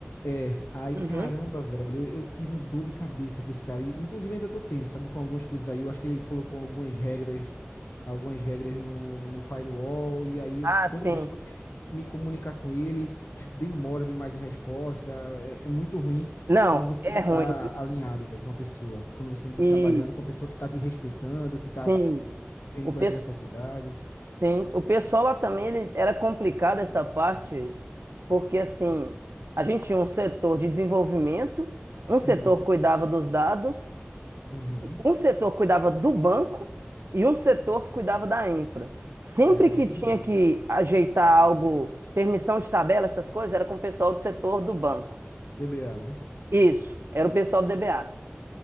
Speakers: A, on the left; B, on the right.
A: É, aí
B: Uhum.
A: caramba, velho, eu eu tive um dor de cabeça com esse cara. E, inclusive ainda tô tendo, sabe, com algumas coisas aí. Eu acho que ele colocou algumas regras, algumas regras no, no firewall, e aí
B: Ah,
A: eu-
B: sim.
A: toda vez que eu tento me comunicar com ele, <laughs> demora demais a resposta. É, é muito ruim
B: Não,
A: quando você
B: é
A: não
B: ruim.
A: tá alinhado, velho, com uma pessoa. Quando você não tá
B: E
A: trabalhando com uma pessoa que tá te respeitando, que tá
B: sim,
A: vendo
B: o
A: tuas
B: pessoal.
A: necessidades.
B: Sim, o pessoal lá também ele, era complicado essa parte, porque assim, a gente tinha um setor de desenvolvimento, um setor
A: Uhum,
B: que cuidava dos dados,
A: uhum.
B: e um setor que cuidava do banco e um setor que cuidava da infra. Sempre
A: Cara, bem
B: que
A: dividido.
B: tinha que ajeitar algo, permissão de tabela, essas coisas, era com o pessoal do setor do banco.
A: DBA, né?
B: Isso, era o pessoal do DBA.